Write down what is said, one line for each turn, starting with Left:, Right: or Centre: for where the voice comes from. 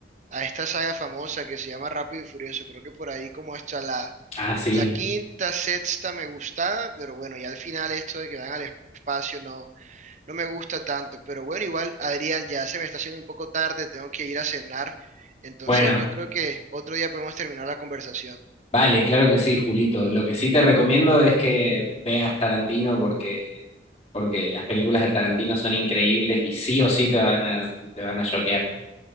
Right: a esta saga famosa que se llama Rápido y Furioso. Creo que por ahí como hasta la,
Left: Ah, sí.
Right: la quinta, sexta me gustaba, pero bueno, ya al final esto de que van al espacio no, no me gusta tanto. Pero bueno, igual, Adrián, ya se me está haciendo un poco tarde, tengo que ir a cenar. Entonces
Left: Bueno.
Right: yo creo que otro día podemos terminar la conversación.
Left: Vale, claro que sí, Julito. Lo que sí te recomiendo es que veas Tarantino porque, porque las películas de Tarantino son increíbles y sí o sí te van a, te van a choquear.